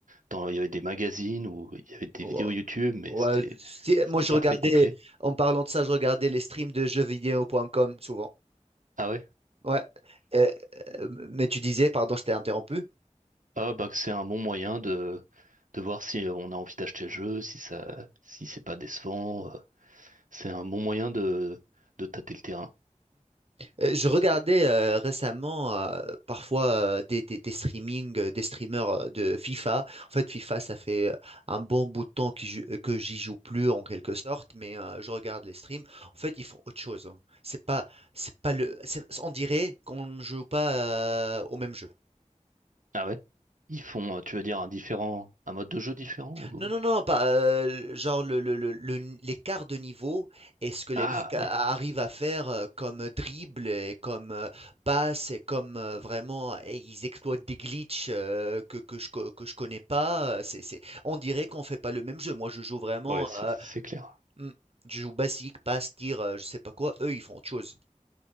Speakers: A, on the right; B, on the right.
A: dans il y avait des magazines ou il y avait des
B: Ouais.
A: vidéos YouTube, mais
B: Ouais,
A: c'était
B: si-
A: c'était
B: moi, je
A: pas
B: regardais,
A: très complet.
B: en parlant de ça, je regardais les streams de jeux jeuxvideo.com souvent.
A: Ah ouais?
B: Ouais. Euh, euh, mais tu disais, pardon, je t'ai interrompu.
A: Ah bah que c'est un bon moyen de, de voir si euh, on a envie d'acheter le jeu, si ça, si c'est pas décevant. euh, C'est un bon moyen de, de tâter le terrain.
B: Euh, Je regardais euh, récemment euh, parfois euh, des, des, des streamings, euh, des streamers euh, de FIFA. En fait, FIFA, ça fait euh, un bon bout de temps que j'y que j'y joue plus en quelque sorte, mais euh, je regarde les streams. En fait, ils font autre chose. hein. C'est pas, c'est pas le, c'est- on dirait qu'on ne joue pas euh, au même jeu.
A: Ah ouais? Ils font, euh, tu veux dire, un différent, un mode de jeu différent ou-
B: Non, non, non, pas heu, genre le le le le n l'écart de niveau et ce que les
A: Ah
B: mecs a
A: oui,
B: arrivent à faire, heu, comme dribble et comme, heu, passe et comme, heu, vraiment et ils exploitent des glitches, heu, que que je co que je connais pas, heu, c'est c'est on dirait qu'on fait pas le même jeu. Moi, je joue vraiment,
A: ouais, c'est
B: heu,
A: c'est clair.
B: mmh, je joue basique, passe, tire, heu, je sais pas quoi. Eux, ils font autre chose.